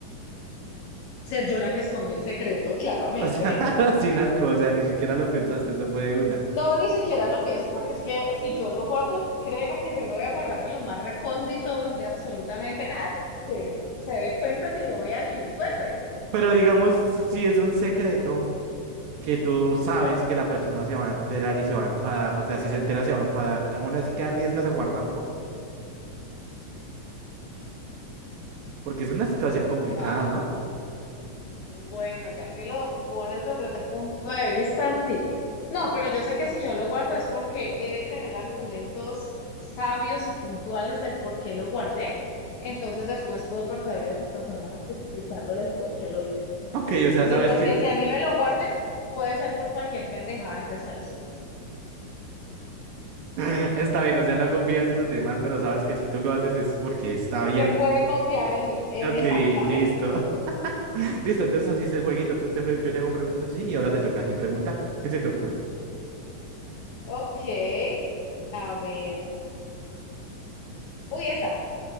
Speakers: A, on the left; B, on the right.
A: Ser yo la que escondo el secreto, claramente.
B: <laughs> O sea, sin asco, o sea, ni siquiera lo pensaste, eso fue de una.
A: No, ni siquiera lo pienso porque es que si yo lo guardo, créeme que yo lo voy a guardar en lo más recóndito donde absolutamente nadie se dé cuenta ni lo vea ni lo encuentre.
B: Pero digamos, si si es un secreto. que tú sabes que la persona se va a enterar y se va a enfadar. O sea, si se entera, se va a enfadar. Y aún así te arriesgas a guardarlo, porque es una situación complicada,
A: Ah,
B: ¿no?
A: Bueno, ya que lo pones desde ese punto de vista, sí. No, pero yo sé que si yo lo guardo es porque he de tener argumentos sabios y puntuales del por qué lo guardé. Entonces después puedo persuadir a esa persona explicándole el por qué lo hice.
B: Ok, o sea,
A: Mientras
B: sabes que
A: que si a mí me lo guarden, puede ser por cualquier pendejada, entonces ahí sí.
B: <laughs> está bien, o sea, no confías en los demás, pero sabes que si tú lo haces es porque está bien.
A: que pueden confiar en mí. Exactamente.
B: Ok, listo. <laughs> Listo, entonces así es el jueguito. Tú te pre- yo te hago preguntas así y ahora te toca a ti preguntar. ¿Qué se te ocurre?
A: Ok, a ver. Uy, esta.